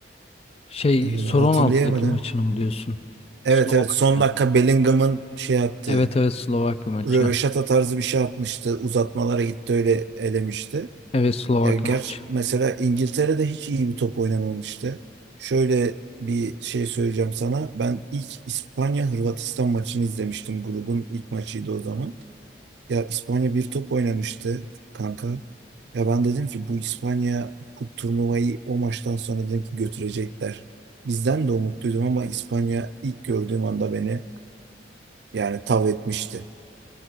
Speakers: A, on the left; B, on the right.
A: Şey
B: Ee,
A: son
B: hatırlayamadım.
A: 16'daki maçını mı diyorsun?
B: Evet
A: Slovakya.
B: evet son dakika Bellingham'ın şey yaptı.
A: Evet evet Slovakya maçı.
B: röveşata tarzı bir şey atmıştı. Uzatmalara gitti öyle elemişti.
A: Evet Slovakya
B: Ya gerçi
A: maçı.
B: mesela İngiltere'de hiç iyi bir top oynamamıştı. Şöyle bir şey söyleyeceğim sana. Ben ilk İspanya-Hırvatistan maçını izlemiştim. Grubun ilk maçıydı o zaman. Ya İspanya bir top oynamıştı kanka. Ya ben dedim ki bu İspanya bu turnuvayı o maçtan sonra dedim ki götürecekler. Bizden de umutluydum ama İspanya ilk gördüğüm anda beni yani tav etmişti.